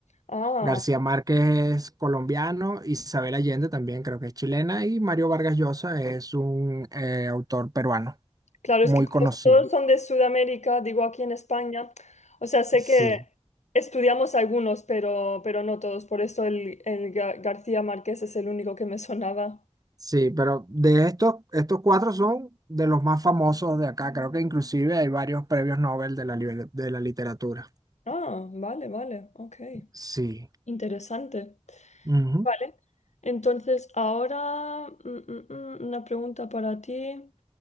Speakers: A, on the left (about 80°); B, on the right (about 30°).
A: Ah,
B: García Márquez es colombiano, Isabel Allende también creo que es chilena y Mario Vargas Llosa es un eh, autor peruano
A: claro,
B: muy
A: es que como
B: conocido.
A: todos son de Sudamérica, digo aquí en España, o sea, sé
B: Sí,
A: que estudiamos algunos, pero, pero no todos, por eso el, el Ga- García Márquez es el único que me sonaba.
B: sí, pero de estos, estos cuatro son de los más famosos de acá. Creo que inclusive hay varios premios Nobel de la, liber- de la literatura.
A: Ah, vale, vale, ok,
B: Sí.
A: interesante.
B: Ujú.
A: Vale, entonces ahora mm, mm, mm, una pregunta para ti.